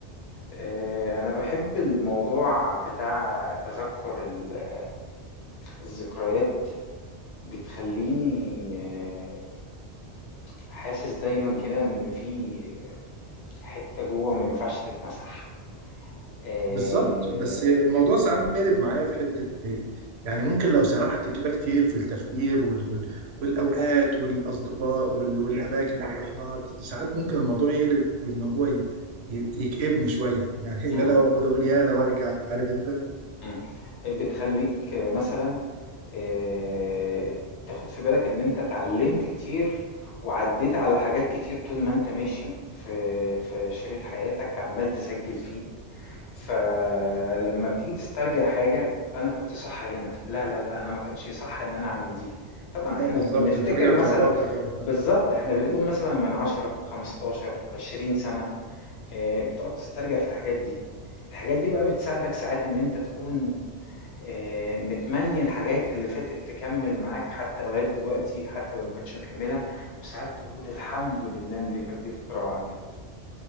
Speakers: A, on the left; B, on the right.
A: آه، انا بحب الموضوع بتاع تذكر ال- الذكريات بتخليني آه، حاسس دايما كده ان في حتة جوه ما ينفعش تتمسح آه،
B: بالظبط بس الموضوع ساعات بيقلب معايا في حتة إيه، يعني ممكن لو سرحت كده كتير في التفكير وال... وال... والأوقات والأصدقاء وال... والأماكن اللي رحناها ساعات ممكن الموضوع يقلب إن هو ي... ي- يكئبني شوية يعني اللي
A: مم.
B: أنا بقعد أقول يا لو أرجع عارف أنت؟
A: إمم. بتخلّيك مثلًا آآ تاخُد في بالك إن أنت اتعلّمت كتير وعدّيت على حاجات كتير طول ما أنت ماشي في في شريط حياتك عمّال تسجّل فيه، فلمّا بتيجي تسترجع حاجة أنا كنت صح هنا، لا، لا، لأ أنا ما كانش صح إن أنا أعمل دي. طبعًا
B: اه
A: إحنا
B: بالظبط
A: بنفتكر
B: وتراجع
A: مثلًا
B: قراراتك وقتها
A: بالضبط، إحنا بنقول مثلًا من 10، 15، 20 سَنة آآ بتقعد تسترجع في الحاجات دي. الحاجات دي بقى بتساعدك ساعات إن أنت تكون آآ متمنّي الحاجات اللي فاتت تكمّل معاك حتى لغاية دلوقتي، حتى لو ما كانتش مكمّلة، وساعات تقول الحمد لله إن دي كانت دي فترة وعدّت،